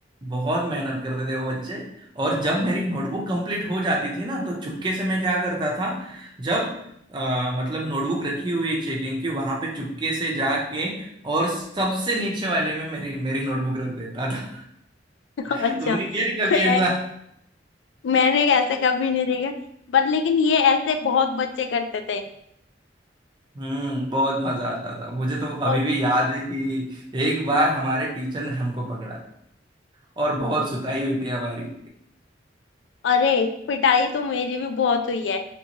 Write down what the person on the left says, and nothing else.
<laughs>
अच्छा
मैं
मैंने ऐसे कभी नहीं देखा पर लेकिन ये ऐसे बहुत बच्चे करते थे
और
अरे पिटाई तो मेरी भी बहुत हुई है